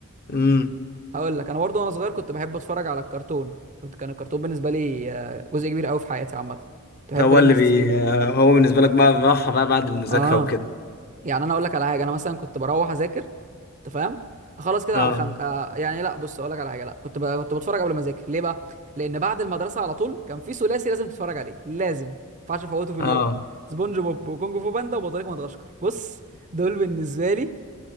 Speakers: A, on the left; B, on the right.
A: امم
B: هقول لك انا برضو وانا صغير كنت بحب اتفرج على الكرتون كنت كان الكرتون بالنسبه لي آه، جزء كبير قوي في حياتي عامه كنت بحب
A: ده هو
B: الام
A: اللي
B: بي
A: بي
B: سي 3
A: آه، هو بالنسبه لك بقى الراحه بقى بعد المذاكره
B: اه
A: وكده
B: يعني انا اقول لك على حاجه انا مثلا كنت بروح اذاكر انت فاهم اخلص كده
A: اه
B: على خم... آه يعني لا بص اقول لك على حاجه لا كنت ب... كنت بتفرج قبل ما اذاكر ليه بقى لان بعد المدرسه على طول كان في ثلاثي لازم تتفرج عليه لازم ما ينفعش افوته في اليوم
A: اه
B: سبونج بوب وكونج فو باندا وبطريق مدغشقر بص دول بالنسبه لي